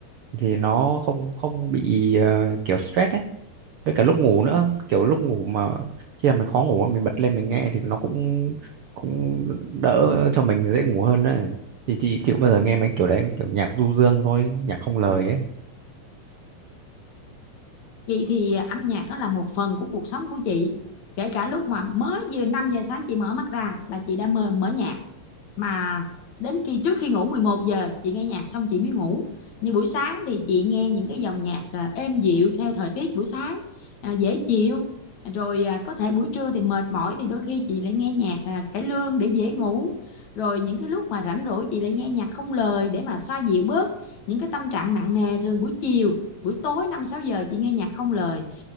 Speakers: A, on the right (about 80°); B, on the left (about 60°).
A: thì nó không không bị ờ, kiểu stress ấy với cả lúc ngủ nữa kiểu lúc ngủ mà khi mà mình khó ngủ mình bật lên mình nghe thì nó cũng cũng đỡ cho mình dễ ngủ hơn đấy thì chị chịu bao giờ nghe mấy kiểu đấy kiểu nhạc du dương thôi nhạc không lời ấy
B: chị thì à, âm nhạc nó là một phần của cuộc sống của chị kể cả lúc mà mới vừa 5 giờ sáng chị mở mắt ra là chị đã mở, mở nhạc mà đến khi trước khi ngủ 11 giờ chị nghe nhạc xong chị mới ngủ như buổi sáng thì chị nghe những cái dòng nhạc à, êm dịu theo thời tiết buổi sáng à, dễ chịu rồi à, có thể buổi trưa thì mệt mỏi thì đôi khi chị lại nghe nhạc à, cải lương để dễ ngủ rồi những cái lúc mà rảnh rỗi chị lại nghe nhạc không lời để mà xoa dịu bớt những cái tâm trạng nặng nề thường buổi chiều buổi tối 5 6 giờ chị nghe nhạc không lời